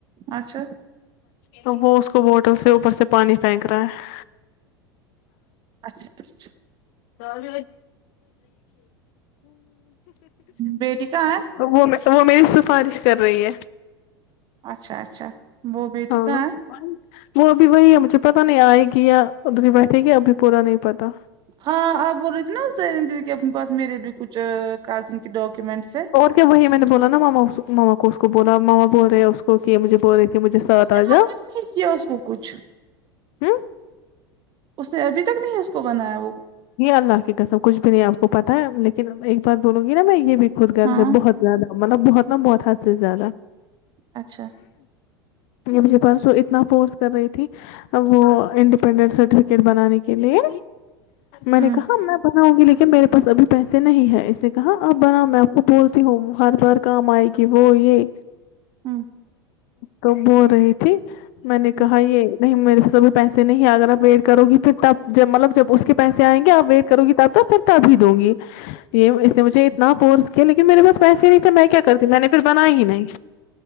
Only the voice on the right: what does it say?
اچھا
اچھا اچھا
بیٹی کہاں ہے
اچھا اچھا وہ بیٹی
کہاں ہے
ہاں آپ بول رہے تھھی نا ز اپنے پاس میرے بھی کچھ کازن کے ڈاکومنٹس ہیں
اس
نے اب
تک نہیں کیا اس کو کچھ
اس نے ابھی تک نہیں اس کو بنایا وہ
ہاں
اچھا
ہوں
ہوں
ہوں